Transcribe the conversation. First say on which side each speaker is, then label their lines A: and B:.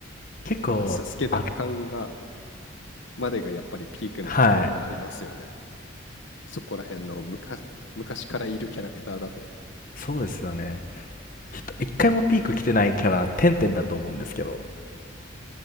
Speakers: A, on the left; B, on the left.
A: 結構、
B: あの、s a s 奪還が
A: あ、
B: までがやっぱりピークなところありますよね。
A: はい。
B: そこら辺の昔昔からいるキャラクターだと。
A: そうですよね。ひと一回もピーク来てないキャラ、てんてんだと思うんですけど、